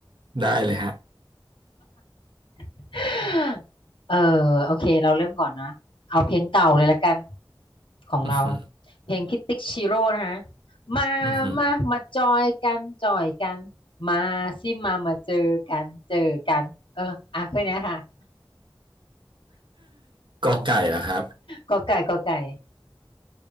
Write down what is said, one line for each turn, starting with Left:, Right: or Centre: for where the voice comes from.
Right: ได้เลยฮะ
Left: <laughs> เออโอเคเราเริ่มก่อนนะเอาเพลงเก่าเลยละกันของเรา
Right: อือหือ
Left: เพลงพิติกชิโร่นะฮะมามามาจอยกันจอยกัน
Right: อือหือ
Left: มาสิมามาเจอกันเจอกันเอออ่ะแคืนนี้ยค่ะ
Right: กอไก่เหรอครับ
Left: กอไก่กอไก่